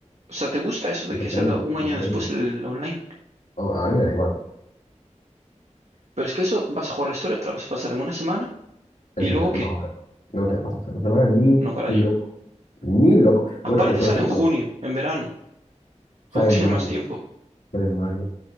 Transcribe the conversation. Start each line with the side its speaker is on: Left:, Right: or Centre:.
Right: o sea, ¿te gusta eso de
Left: Depende,
Right: que salga un
Left: depende.
Right: año después el online?
Left: o- a mí me da igual.
Right: Pero es que eso, vas a jugar la historia, te la vas a pasar en una semana
Left: Eso
Right: y luego
Left: no, no,
Right: ¿qué?
Left: no te pasas una semana ni
Right: No, carajo.
Left: loco. Ni loco.
Right: Aparte
Left: Bueno, eh, por
Right: sale
Left: ejemplo,
Right: en junio, en verano,
Left: sale
Right: cuando
Left: en
Right: tienes
Left: mayo.
Right: más tiempo.
Left: Sale en mayo.